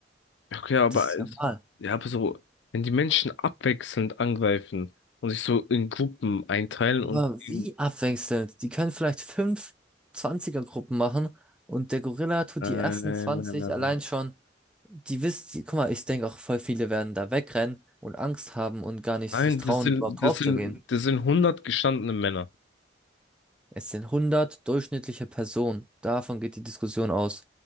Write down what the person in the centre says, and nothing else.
das ist
normal.
Aber
wie abwechselnd? Die können vielleicht fünf 20 gruppen machen und der Gorilla tut
die ersten
20
allein
schon. Die wisst, die- guck mal, ich denke auch voll viele werden da wegrennen und Angst haben und gar nicht
sich trauen,
überhaupt
draufzugehen.
Es sind hundert durchschnittliche Personen. Davon geht die Diskussion aus.